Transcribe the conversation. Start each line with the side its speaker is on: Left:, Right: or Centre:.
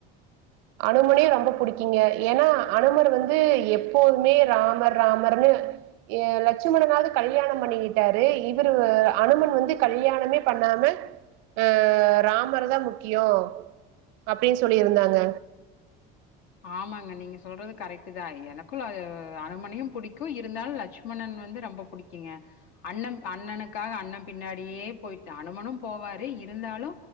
Right: அனுமனையு ரொம்ப புடிக்கிங்க ஏன்னா அனுமர் வந்து எப்போதுமே ராமர் ராமர்ன்னு ஏ லட்சுமணனாவது கல்யாண பண்ணிக்கிட்டாரு இவரு வ அனுமன் வந்து கல்யாணமே பண்ணாம அஹ் ராமர் தா முக்கியொ அப்டின்னு சொல்லிருந்தாங்க
Left: ஆமாங்க நீங்க சொல்றது கரெக்டு தா எனக்கு ல அனுமனையு பிடிக்கு இருந்தாலு லட்சுமணன் வந்து ரொம்ப பிடிக்குங்க அண்ணன் அண்ணனுக்காக அண்ண பின்னாடியே போயிடா அனுமனு போவாரு இருந்தாலு